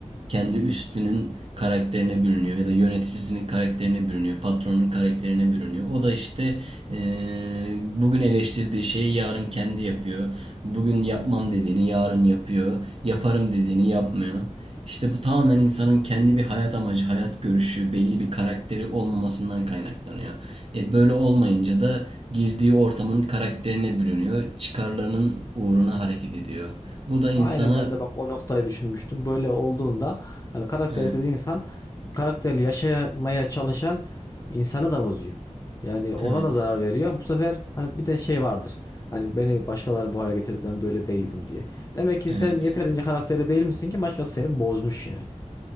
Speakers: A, on the right; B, on the left.
A: kendi üstünün karakterine bürünüyor ya da yöneticisinin karakterine bürünüyor, patronun karakterine bürünüyor. O da işte eee, bugün eleştirdiği şeyi yarın kendi yapıyor. Bugün yapmam dediğini yarın yapıyor. Yaparım dediğini yapmıyor. İşte bu tamamen insanın kendi bir hayat amacı, hayat görüşü, belli bir karakteri olmamasından kaynaklanıyor. E böyle olmayınca da girdiği ortamın karakterine bürünüyor, çıkarlarının uğruna hareket ediyor. Bu da insana
B: Aynen ben de bak o noktayı düşünmüştüm. Böyle olduğunda hani karaktersiz
A: evet,
B: insan karakterli yaşamaya çalışan insanı da bozuyor. Yani ona
A: evet,
B: da zarar veriyor. Bu sefer hani bir de şey vardır. Hani beni başkaları bu hale getirdi ben böyle değildim diye. Demek ki
A: evet,
B: sen yeterince karakterli değil misin ki başkası seni bozmuş yani.